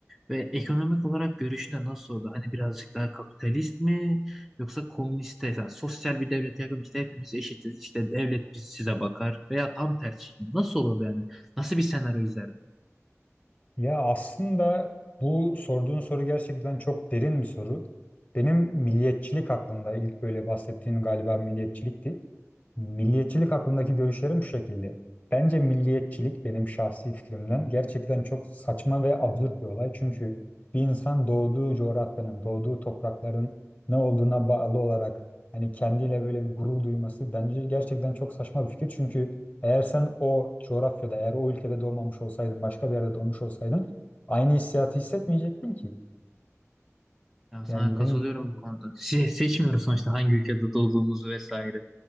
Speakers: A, in the centre; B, on the left (about 35°).
A: ve ekonomik olarak görüşüne nasıl oldu? Hani birazcık daha kapitalist mi yoksa komüniste, yani sosyal bir devlete yakın işte hepimiz eşitiz, işte devlet biz size bakar veya tam tersi. Nasıl olurdu yani? Nasıl bir senaryo izlerdin?
B: Ya aslında bu sorduğun soru gerçekten çok derin bir soru. Benim milliyetçilik hakkında ilk böyle bahsettiğim galiba milliyetçilikti. Milliyetçilik hakkındaki görüşlerim şu şekilde. Bence milliyetçilik benim şahsi fikrimden gerçekten çok saçma ve absürt bir olay. Çünkü bir insan doğduğu coğrafyanın, doğduğu toprakların ne olduğuna bağlı olarak hani kendiyle böyle bir gurur duyması bence gerçekten çok saçma bir fikir. Çünkü eğer sen o coğrafyada, eğer o ülkede doğmamış olsaydın, başka bir yerde doğmuş olsaydın aynı hissiyatı hissetmeyecektin ki.
A: Ya sana
B: Yani
A: katılıyorum
B: benim diyeceğim
A: bu
B: bu.
A: konuda. Se- seçmiyoruz sonuçta hangi ülkede doğduğumuzu vesaire.